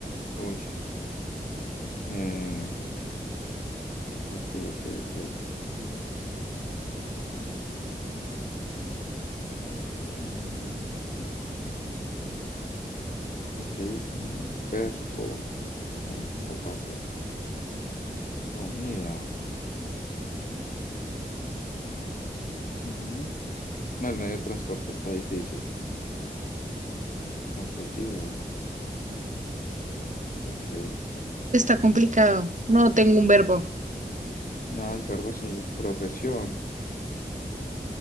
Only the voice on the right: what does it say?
está complicado. No tengo un verbo.